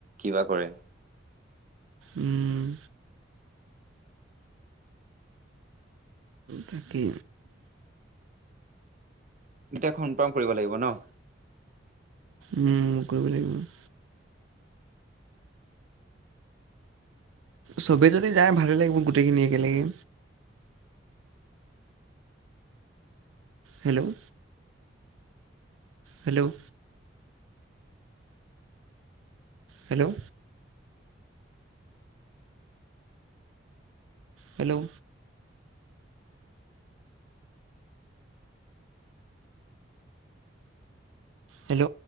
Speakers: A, on the right (about 40°); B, on the right (about 85°).
A: কিবা কৰে
B: উম তাকে
A: এতিয়া <unintelligible> কৰিব লাগিব ন
B: উম কৰিব লাগিব চবেই যদি যায় ভালে লাগিব গোটেইখিনি একেলগে hello hello hello hello hello